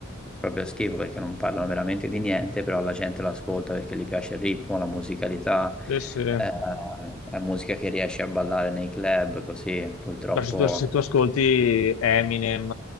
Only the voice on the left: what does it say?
Sì, sì.
Ma Se tu, se tu ascolti Eminem